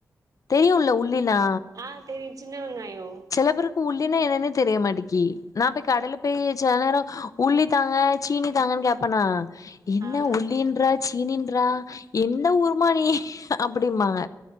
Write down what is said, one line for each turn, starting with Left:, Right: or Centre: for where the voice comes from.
Left: தெரியுல உள்ளெல்லா
Right: ஆ தெரியு சின்ன வெங்காயோ
Left: சில பேருக்கு உள்ளினா என்னனே தெரிய மாட்டிக்கி நா போய் கடலை போய் செல நேரோ உள்ளி தாங்க சீனி தாங்கன்னு கேப்பனா என்ன
Right: ஆ
Left: உள்ளின்றா சீனின்றா என்ன ஊருமா நீ அப்டிம்பாங்க